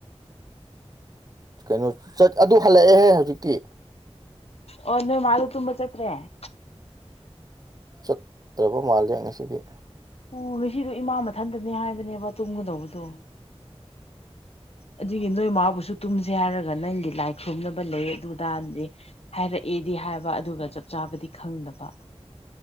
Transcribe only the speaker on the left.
ꯑꯣ ꯃꯥꯂ ꯇꯨꯝ ꯆꯠ꯭ꯔꯦ <inaudible>
ꯎ ꯉꯁꯤꯗꯣ ꯏꯃꯥ ꯃꯊꯟꯇꯅꯤ ꯍꯥꯏꯕ ꯅꯦꯕ ꯇꯨꯝꯒꯗꯧꯕꯗꯣ ꯑꯗꯨꯒꯤ ꯅꯣꯏ ꯃꯥꯕꯨꯁꯨ ꯇꯨꯝꯁꯦ ꯍꯥꯏꯔꯒ ꯅꯪꯒꯤ ꯂꯥꯏ ꯈꯨꯝꯅꯕ ꯂꯩ ꯑꯗꯨ ꯇꯔꯅꯗꯤ ꯍꯥꯏꯔꯛꯑꯦꯗꯤ ꯍꯥꯏꯕ ꯑꯗꯨꯒ ꯆꯞ ꯆꯥꯕꯗꯤ ꯈꯪꯗꯕ